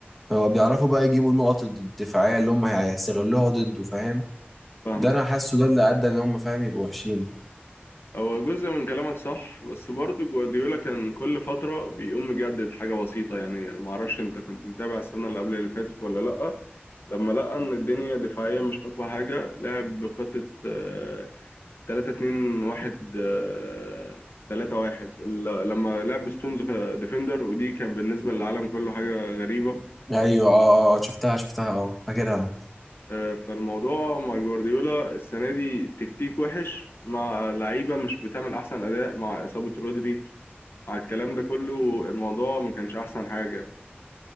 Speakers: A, in the centre; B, on the left.
A: هو بيعرفوا بقى يجيبوا النقط الدفاعية اللي هم هيستغلوها ضده فاهم
B: فاهمة
A: ده انا حاسه ده اللي ادى ان هم فاهم يبقوا وحشين
B: هو جزء من كلامك صح بس برضه جوارديولا كان كل فترة بيقوم مجدد حاجة بسيطة يعني معرفش انت كنت متابع السنة اللي قبل اللي فاتت ولا لأ لما لقى ان الدنيا دفاعيا مش اقوى حاجة لعب بخطة آه، 3 2 1 آه، 3 1 ال- لما لعب ستونز ديفندر ودي كان بالنسبة للعالم كله حاجة غريبة
A: ايوه اه اه آه، شفتها شفتها اه فاكرها
B: آه، فالموضوع مع جوارديولا السنة دي تكتيك وحش مع لعيبة مش بتعمل أحسن أداء مع إصابة رودري على الكلام ده كله الموضوع ما كانش احسن حاجه